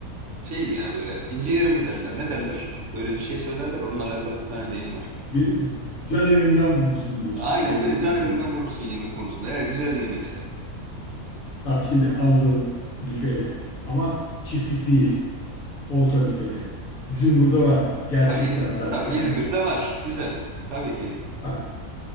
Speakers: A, on the right (about 65°); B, on the left (about 70°).
A: şey mi ya böyle ince yerim mi derler ne derler? Böyle bir şey söylerler onunla alakalı bir tane deyim var.
B: bir can evimden vurursun diyorsun
A: Aynen
B: yemek
A: beni
B: konusunda.
A: can evimden vurursun yemek konusunda eğer güzel bir yemekse.
B: Bak şimdi aldın lüferi ama çiftlik değil olta lüferi. Bizim burada var gerçekten
A: Tabii, İz
B: adam.
A: tabii
B: Yani
A: İzmir'de var güzel tabii ki.
B: bak